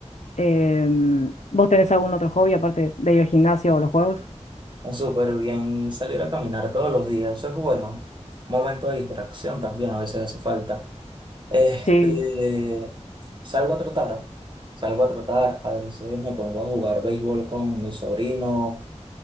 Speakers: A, on the left; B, on the right.
A: Em, ¿vos tenés algún otro hobby aparte de ir al gimnasio o los juegos?
B: Ah, Súper bien salir a caminar todos los días, eso es bueno. Momento de distracción también, a veces hace falta. Este,
A: Sí.
B: salgo a trotar, salgo a trotar, a veces me pongo a jugar béisbol con mi sobrino,